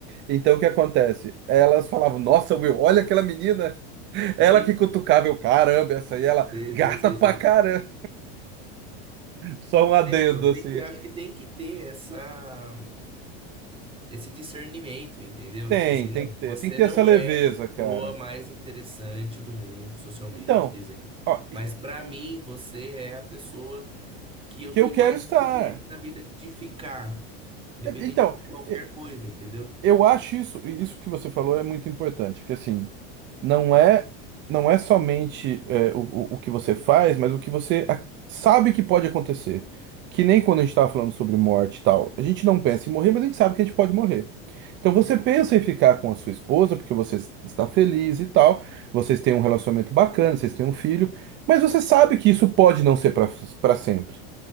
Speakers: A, on the right; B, on the right.
A: Então o que acontece? Elas falavam, nossa, Will, olha aquela menina.
B: Uhum.
A: Ela que cutucava, eu, caramba, essa aí, ela
B: Sei,
A: gata
B: sei, sei,
A: pra
B: sei.
A: caramba. Só um adendo,
B: É, então,
A: assim.
B: tem que- acho que tem que ter essa, esse discernimento, entendeu?
A: Tem,
B: Tipo assim,
A: tem
B: não,
A: que ter,
B: você
A: tem que ter
B: não
A: essa leveza,
B: é a pessoa
A: cara.
B: mais interessante do mundo socialmente,
A: Então,
B: dizem.
A: ó,
B: Mas
A: e-
B: pra mim, você é a pessoa que eu
A: que
B: tenho
A: eu quero
B: mais
A: estar.
B: interesse na vida de ficar, independente
A: E- Então,
B: de qualquer
A: e-
B: coisa, entendeu?
A: eu acho isso, isso que você falou é muito importante, porque assim, não é, não é somente é, o, o o que você faz, mas o que você a- sabe que pode acontecer. Que nem quando a gente estava falando sobre morte e tal, a gente não pensa em morrer, mas a gente sabe que a gente pode morrer. Então você
B: Uhum,
A: pensa em ficar com a sua esposa porque você está feliz e tal, vocês têm um relacionamento bacana, vocês têm um filho, mas você sabe que isso pode não ser para para sempre.